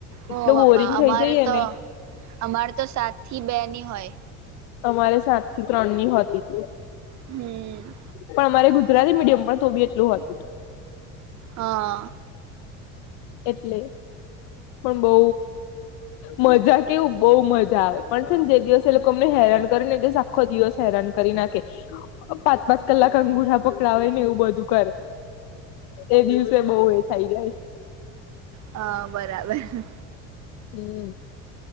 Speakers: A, on the right; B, on the left.
A: ઓ
B: તો
A: બાપા
B: બોરિંગ થઈ
A: અમારે
B: જઈએ
A: તો
B: ને.
A: અમારે તો સાત થી બેની હોય.
B: અમારે સાત થી ત્રણ ની હતી.
A: હમ.
B: પણ અમારે ગુજરાતી મીડિયમ પણ તો બી એટલું હતું.
A: હા.
B: એટલે પણ બઉ મજા કેવું બહુ મજા આવે. પણ છે ને જે દિવસ એ લોકો અમને હેરાન કરે ને એ દિવસ આખો દિવસ હેરાન કરી નાખે. પાંચ પાંચ કલાક અંગૂઠા પકડાવે ને એવું બધું. કરે એ દિવસે બહુ એ થાય જાય.
A: હ બરાબર.
B: હમ